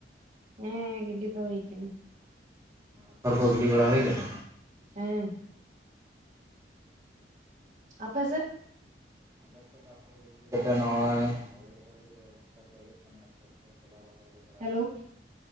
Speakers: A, on the right (about 45°); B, on the right (about 15°).
A: ᱦᱮᱸ ᱜᱤᱰᱤ ᱫᱚ ᱦᱩᱭ ᱟᱠᱟᱱᱟ
B: ᱟᱯᱷᱚᱨ ᱠᱚ ᱜᱤᱰᱤ ᱵᱟᱲᱟ ᱦᱩᱭ ᱟᱠᱟᱱᱟ
A: ᱦᱮᱸ ᱟᱯᱮ ᱥᱮᱫ
B: ᱟᱞᱮ ᱥᱮᱫ ᱫᱚ ᱟᱯᱷᱚᱨ ᱠᱚ ᱜᱮ <unintelligible> ᱤᱫᱤ ᱠᱟᱛᱮ ᱱᱚᱜᱼᱚᱭ ᱦᱲᱩ ᱨᱚᱦᱚᱭ ᱞᱟᱹᱜᱤᱫ ᱵᱮᱵᱚᱥᱛᱟ ᱠᱚ ᱦᱩᱭᱩᱜ ᱠᱟᱱᱟ ᱟᱯᱷᱚᱨᱜ ᱛᱚᱞᱟ ᱨᱚᱦᱚᱭ ᱞᱟᱹᱜᱤᱫ ᱵᱟᱲᱟ
A: ᱦᱮᱞᱳ